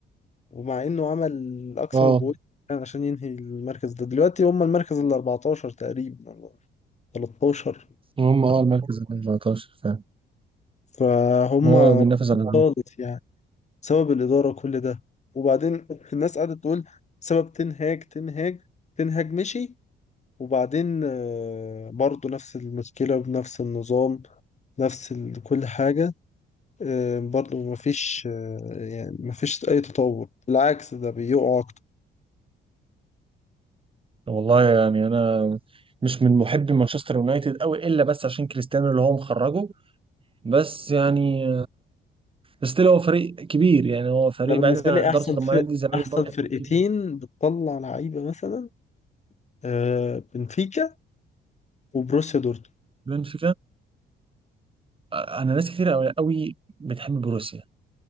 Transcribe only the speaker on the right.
اه
هم اه المركز ال 14 فاهم
هو بينافس على الهجوم
والله يعني انا مش من محبي مانشستر يونايتد قوي الا بس عشان كريستيانو اللي هو مخرجه بس يعني ستيل هو فريق كبير يعني هو فريق
بعيد عن
ادارته
طب
ما نادي الزمالك
برضه
فريق كبير
بنفيكا انا ناس كتير قوي قوي بتحب بروسيا